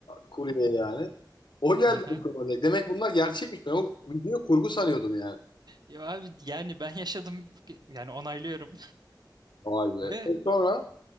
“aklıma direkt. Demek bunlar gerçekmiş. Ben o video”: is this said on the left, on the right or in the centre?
Left